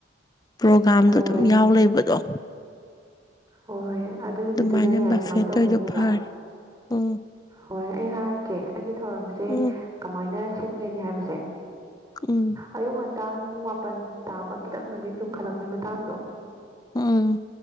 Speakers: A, on the left (about 20°); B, on the right (about 20°).
A: ꯄ꯭ꯔꯣꯒ꯭ꯔꯥꯝꯗꯣ
B: ꯍꯣꯏ
A: ꯑꯗꯨꯝ ꯌꯥꯎ ꯂꯩꯕꯗꯣ
B: ꯍꯣꯏ ꯑꯗꯨ ꯅꯨꯃꯤꯠꯇꯨꯗꯅꯦ
A: ꯑꯗꯨꯃꯥꯏꯅ ꯕꯐꯦꯠ
B: ꯁꯨꯃꯥꯏꯅ ꯇꯧꯗꯣꯏꯅꯦꯕ
A: ꯇꯧꯔꯤꯗꯣ ꯐꯔꯦ ꯎꯝ
B: ꯍꯣꯏ ꯑꯩ ꯍꯥꯏꯔꯛꯀꯦ ꯑꯩꯒꯤ ꯊꯧꯔꯝꯁꯦ
A: ꯎꯝ
B: ꯀꯃꯥꯏꯅ ꯁꯤꯟꯒꯅꯤ ꯍꯥꯏꯕꯁꯦ
A: ꯎꯝ
B: ꯑꯌꯨꯛ ꯉꯟꯇꯥ ꯄꯨꯡ ꯃꯥꯄꯟ ꯇꯥꯕ ꯈꯤꯇꯪ ꯅꯨꯃꯤꯠ ꯌꯨꯡꯈꯠꯂꯛꯄꯩ ꯃꯇꯥꯡꯗꯣ
A: ꯎꯝ